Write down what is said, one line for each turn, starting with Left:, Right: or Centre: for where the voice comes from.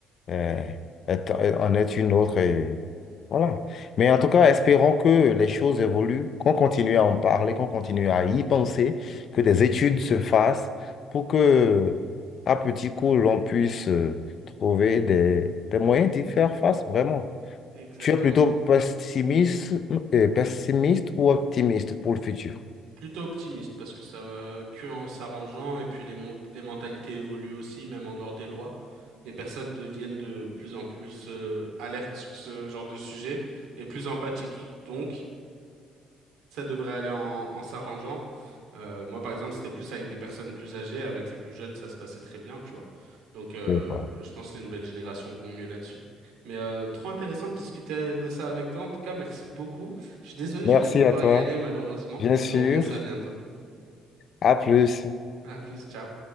Left: euh, est- est- en est une autre. Et voilà. Mais en tout cas, espérons que les choses évoluent, qu'on continue à en parler, qu'on continue à y penser, que des études se fassent pour que, à petit coup, l'on puisse euh, trouver des, des moyens d'y faire face, vraiment.
Right: Exactement.
Left: Tu es plutôt pessimiste, euh, pessimiste ou optimiste pour le futur?
Right: Plutôt optimiste parce que ça va que en s'arrangeant et puis les, mon- les mentalités évoluent aussi, même en dehors des lois. Les personnes deviennent de plus en plus euh, alertes sur ce genre de sujet et plus empathiques. Donc, ça devrait aller en, en s'arrangeant. Euh, moi, par exemple, c'était plus avec des personnes plus âgées, avec les plus jeunes, ça se passait très bien, tu vois. Donc, euh,
Left: Je vois.
Right: je pense que les nouvelles générations vont mieux là-dessus. Mais euh, trop intéressant de discuter de ça avec toi. En tout cas, merci beaucoup. Je suis désolé,
Left: Merci
Right: je vais devoir
Left: à toi,
Right: y aller malheureusement,
Left: bien sûr.
Right: mais on remet ça à bientôt.
Left: À plus.
Right: À plus, ciao.